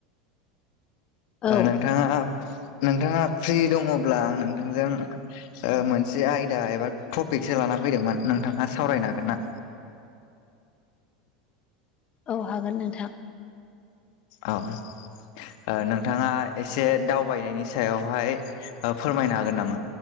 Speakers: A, on the left; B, on the left.
A: औ
B: नोंथाङा नोंथाङा फ्रि दङब्ला आं नोंथांजों मोनसे आयदा एबा टपिकसो लाना फैदोंमोन नोंथाङा सावरायनो हागोन ना
A: औ हागोन नोंथां
B: औ नोंथाङा एसे दावबायनायनि सायावहाय फोरमायनो हागोन नामा